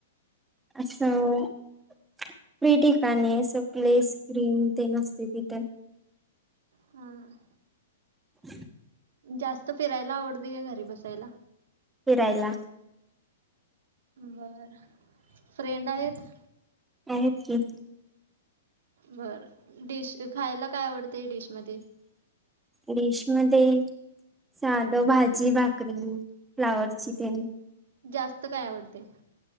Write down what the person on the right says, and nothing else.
हम्म.
जास्त फिरायला आवडते का घरी बसायला?
बर फ्रेंड आहेत.
बरं डिश खायला काय आवडतं हे डिश मध्ये?
जास्त काय आवडतय?